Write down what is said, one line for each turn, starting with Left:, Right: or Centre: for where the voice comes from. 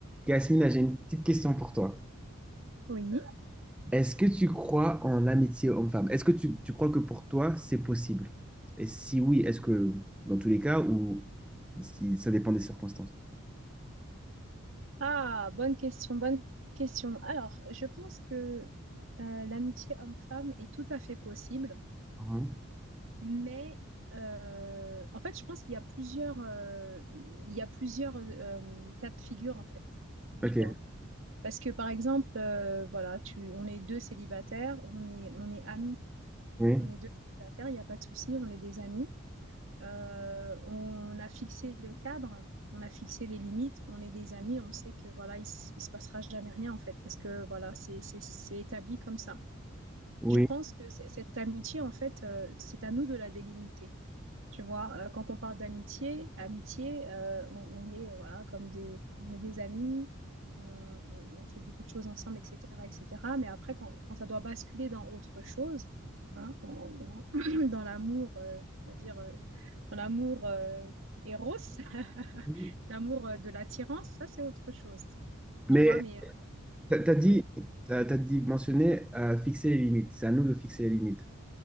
Centre: Yasmina, j'ai une petite question pour toi.
Right: Oui.
Centre: Est-ce que tu crois en l'amitié homme-femme? Est-ce que tu, tu crois que pour toi, c'est possible? Et si oui, est-ce que dans tous les cas ou si ça dépend des circonstances?
Right: Ah, bonne question, bonne question. Alors, je pense que euh, l'amitié homme-femme est tout à fait possible,
Centre: Mhm.
Right: mais euh, en fait, je pense qu'il y a plusieurs, euh, il y a plusieurs euh, cas de figure en fait.
Centre: Ok,
Right: Tu vois? Parce que par exemple, euh, voilà, tu, on est deux célibataires, on est, on est amis,
Centre: oui,
Right: on est deux célibataires, il n'y a pas de souci, on est des amis. Euh, on a fixé le cadre, on a fixé les limites, on est des amis, on sait que voilà, il, s- il se passera jamais rien en fait, parce que voilà, c'est c'est- c'est établi comme ça.
Centre: oui.
Right: Je pense que c- cette amitié, en fait, euh, c'est à nous de la délimiter. Tu vois, euh, quand on parle d'amitié, amitié, euh, on, on est euh, voilà comme des, enfin, on est des amis, on, on fait beaucoup de choses ensemble, etc., etc. Mais après, quand, quand ça doit basculer dans autre chose, hein, dans, dans, <clears throat> dans l'amour, euh, c'est-à-dire euh, dans l'amour euh, Eros, <laughs>
Centre: Mhm.
Right: l'amour euh, de l'attirance, ça c'est autre chose.
Centre: Mais
Right: Tu vois, mais euh,
Centre: tu as dit,
Right: oui,
Centre: t'as, t'as dit mentionné euh, fixer les limites. C'est à nous de fixer les limites.